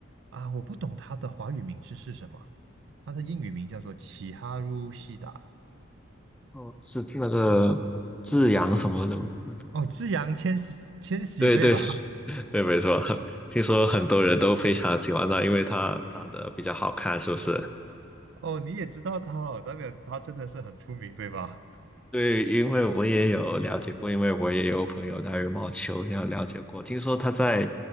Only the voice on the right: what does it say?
啊，我不懂它的华语名字是什么，它的英语名叫做齐哈鲁西达。
哦，志扬千玺，千玺对吧？
<laughs> 哦，你也知道他哦，代表他真的是很出名对吧？